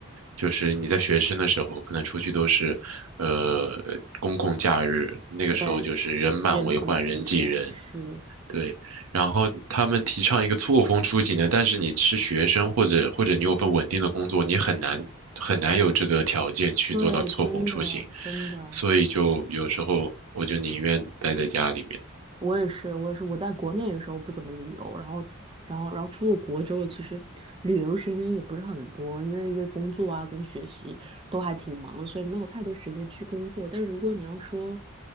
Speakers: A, on the right (about 80°); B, on the right (about 25°).
A: 就是你在学生的时候，可能出去都是呃公共假日，那个时候就是人满为患，
B: 对，人很多，
A: 人挤人，
B: 是，
A: 对，然后他们提倡一个错峰出行的，但是你是学生或者或者你有份稳定的工作，你很难很难有这个条件去做到错峰出行，
B: 对，真的真的。
A: 所以就有时候我就宁愿待在家里面。
B: 我也是，我也是。我在国内的时候不怎么旅游，然后，然后，然后出了国之后，其实旅游时间也不是很多，因为因为工作啊跟学习都还挺忙的，所以没有太多时间去工作。但是如果你要说，